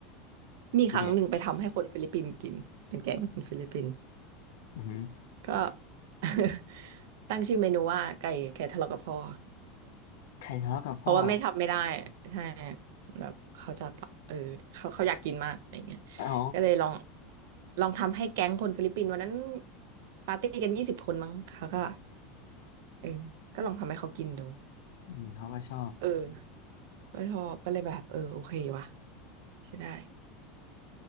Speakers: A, on the right; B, on the left.
A: มีครั้งหนึ่งไปทำให้คนฟิลิปปินส์กินเป็นแกงคนฟิลิปปินส์
B: ที่เด็ดอือหือ
A: ก็ <laughs> ตั้งชื่อเมนูว่าไก่ไก่ทะเลาะกับพ่อ
B: ไข่ทะเลาะกับพ่อ
A: <laughs> เพราะว่าไม่ทำไม่ได้ใช่แบบเขาจะตอบเออเขาเขาอยากกินมากอะไรเงี้ย
B: อ๋อ
A: ก็เลยลองลองทำให้แก๊งคนฟิลิปปินส์วันนั้นปาร์ตี้กันยี่สิบคนมั้งเขาก็เออก็ลองทำให้เขากินดู
B: อืมเขาก็ชอบ <laughs>
A: เออไม่ชอบก็เลยแบบเออโอเควะใช่ได้